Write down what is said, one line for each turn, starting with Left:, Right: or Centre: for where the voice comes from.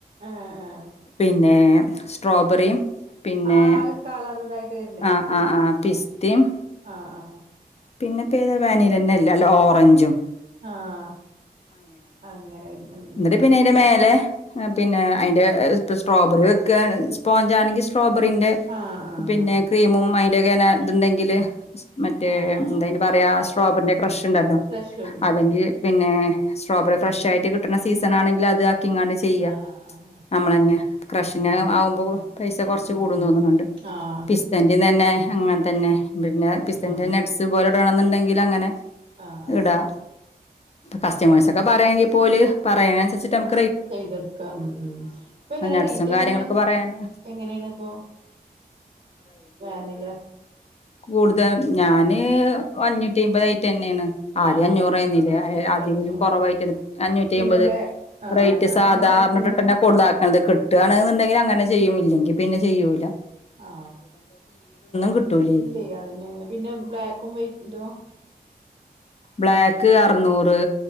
Right: ആഹ് ആഹ്
Left: പിന്നെ സ്ട്രോബെറിയും പിന്നെ
Right: ആഹ കളറുതായിട്ട്
Left: ആഹ് ആഹ് ആഹ് പിസ്ത്തിമ്
Right: ആഹ് ആഹ്
Left: പിന്നെ പേത വാനിലന്നെ അല്ല അല്ല ഓറഞ്ച് ഞ്ചും
Right: ആഹ അങ്ങനെ ഉ
Left: എന്നിട്ട് പിന്നെ അയിന്റെ മേലെ പിന്നെ അതിന്റെ സ്ട്രോബെറി വെക്ക സ്പോഞ്ചാണെങ്കിൽ സ്ട്രോബെറിന്റെ
Right: ആഹ് ആഹ്
Left: പിന്നെ
Right: അങ്ങനെ
Left: ക്രീമും രഖേന ഇതുണ്ടെങ്കില് മറ്റേ
Right: ആഹ് ആഹ്
Left: ആ സ്റ്റൗബെറിന്റെ കൃഷ് ണ്ടല്ലോ
Right: ഫ്രഷും ഉം
Left: അല്ലെങ്കിൽ
Right: ഉം
Left: പിന്നെ സ്ട്രോബറി ഫ്രഷ ആയിട്ട് കിട്ടുന്ന സീസണങ്കിൽ അത് ക്കിങ്ങാണ്ട് ചെയ്യ
Right: ആഹ് ആഹ്
Left: നമ്മള തന്നെ ക്ഷിന
Right: അങ്ങനെ
Left: ആവുമ്പോ പൈസ കൊറച്ച
Right: ഉം
Left: കൂടന്ന്
Right: ഉം
Left: തോന്നുന്നുണ്ട്
Right: ഉം ആഹ്
Left: പിസ്തന്റിം തന്നെ അങ്ങനെ തന്നെ പിന്നെ
Right: വെക്ക
Left: പിസ്തന്റെ
Right: ആഹ്
Left: നട്സ് <unintelligible> ണ്ടെങ്കിൽ അങ്ങനെ
Right: ആഹ്
Left: ഇടാ കസ്റ്റമേഴ്സ്
Right: ആഹ്
Left: ഒക്കെ പറയാങ്കിൽ പോല് പറയുന്നതിനനുസരിച്ച് <unintelligible>
Right: ചെയ്തെടുക്കാം ഉം ഉം ഇപ്പൊ എങ്ങനെ
Left: ആ നട്സും
Right: റേറ്റ്
Left: കാര്യങ്ങളൊക്കെ
Right: എങ്ങനാ
Left: പറയാന്
Right: എങ്ങനെയാണ് ഇപ്പൊ വാനില
Left: കൂടുതാ ഞാന് ഏം അഞ്ഞൂറ്റി അമ്പതായി റ്റന്നേണ്
Right: ആഹ്
Left: ആദ്യം അഞ്ഞൂറേനിലെ
Right: അഞ്ഞൂറ്റി അഞ്ഞൂറായിരുന്നു
Left: അതിലും കൊറവായിട്ടാണ്
Right: അയിന്
Left: അഞ്ഞൂറ്റിമ്പത്
Right: പിന്നെ ബ്ലാ ആഹ്
Left: റേറ്റ്
Right: ഞാനും
Left: സാധാരണ
Right: അങ്ങനെ ആക്കീന്നു
Left: ട്ട്ട്ടെന്നെ കൊട അത് കിട്ടുവാണെന്നുണ്ടെങ്കിൽ അങ്ങനെ ചെയ്യും ഇല്ലെങ്കിൽ പിന്നെ ചെയ്യൂല്ല
Right: ആ
Left: കിട്ടൂലേ
Right: ഇല്ലേ പിന്നെ ബ്ലാക്ക് <unintelligible>
Left: ബ്ലാക്ക് അറുനൂറ്